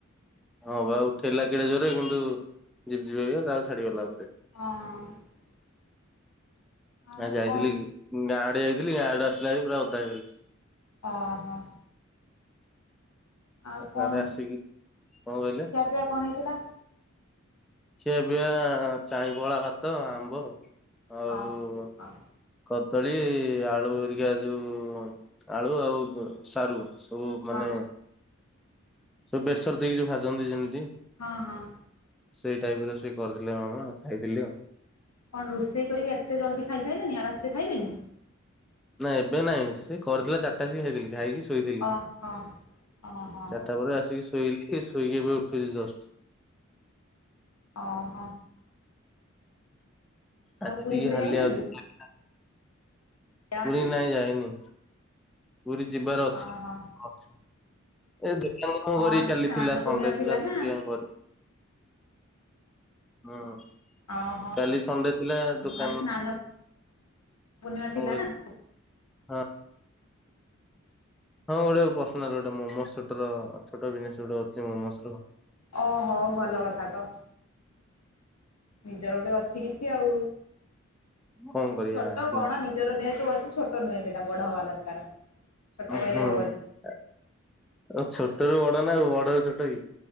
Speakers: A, in the centre; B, on the left.
A: ହଁ ବା ଉଠେଇଲା କେଡ଼େ ଜୋରରେ, କିନ୍ତୁ ଝିପ୍ ଝିପ୍ ହେଇକିନା ତାପରେ ଛାଡିଗଲା ଆଉ।
B: ହଁ। ଆଉ
A: ଆ ଯାଇଥିଲି
B: କଣ
A: ଗାଁ ଆଡେ ଯାଇଥିଲି, ଗାଁ ଆଡେ ଆସିଲା ବେଳେ ପୁରା ଓଦା ହେଇଗଲି।
B: ଓ ହୋ। ଆଉ କଣ,
A: ତାପରେ ଆସିକି କଣ କହିଲେ
B: ଖିଆପିଆ କଣ ହେଇଥିଲା?
A: ସିଏ ଅବିକା ଚାଇଁ ପଖାଳ ଭାତ, ଆମ୍ବ ଆଉ
B: ଅ ହ
A: କଦ ଦଳି ଆଳୁ ହେରିକା, ଯୋଉ ଆଳୁ ଆଉ ସାରୁ ସବୁ
B: ହଁ
A: ମାନେ, ସବୁ ବେସର ଦେଇକି ଯୋଉ ଭାଜନ୍ତି ଯେମିତି।
B: ହଁ- ହଁ।
A: ସେଇ ଟାଇପର ସେ କରିଥିଲେ ମାମା ଖାଇଥିଲି ଆଉ।
B: କଣ ରୋଷେଇ କରିକି ଏତେ ଜଲଦି ଖାଇସାଇଲେଣୀ, ଆଉ ରାତିରେ ଖାଇବେନି?
A: ନା ଏବେ ନାଇଁ ସେ କରିଥିଲା ଚାରିଟାରେ ଆ ଇ ସି ଖାଇଥିଲି। ଖାଇକି ଶୋଇଥିଲି
B: ଓହୋ ଓହୋ
A: ଚାରିଟା ପରେ ଆସିକି ଶୋଇଲି। ଏ ଶୋଇକି ଏବେ ଉଠୁଛି ଜଷ୍ଟ।
B: ଓ ହୋ।
A: ଆଜି
B: ପୁରୀ
A: ଟିକେ
B: ଫୁରୀ
A: ହାଲିଆ
B: ଯାଇନାହାନ୍ତି
A: ଅଧିକ ଲାଗିଲା।
B: ପିଲାମାନେ?
A: ପୁରୀ ନାଇଁ ଯାଇନି। ପୁରି ଯିବାର ଅଛି
B: ଓହୋ ହଁ
A: ଏବେ ପିଲାମାନଙ୍କର
B: ଆଜି
A: କାଲି
B: ସ୍ନାନ
A: ଥିଲା ସଣ୍ଡେଥିଲା
B: ପୂର୍ଣ୍ଣିମା ଥିଲା
A: ସେଥିପାଇଁ
B: ନା
A: କୁଆଡ଼େ ହୁଁ
B: ଓହୋ।
A: କାଲି ସଣ୍ଡେ ଥିଲା ଦୋକାନ
B: ଆଜି ସ୍ନାନ ପୂର୍ଣ୍ଣିମା
A: କଣ
B: ଥିଲାନା?
A: କହିଲ ହଁ। ହଁ ଗୋଟେ ପର୍ଶନାଲ ଗୋଟେ ମୋମୋସ ଛୋଟର ଛୋଟ ବିଜିନେସ ଅଛି ମୋମୋସର
B: ଓହୋ ଭଲ କଥାତ। ନିଜର ଗୋଟେ ଅଛି କିଛି ଆଉ।
A: କଣ କରିବା
B: ଛୋଟକଣ
A: ହୁଁ
B: ନିଜର ଯେହେତୁ ଅଛି ଛୋଟ ନୁହେଁ ସେଟା ବଡ ହବା ଦରକାର ଛୋଟ
A: ଅ
B: କହିଲେ
A: ହୋ
B: ହବନି
A: ଅଛ୍ଚା, ଛୋଟରୁୁ ବଡ ନା ବଡରୁ ଛୋଟକି?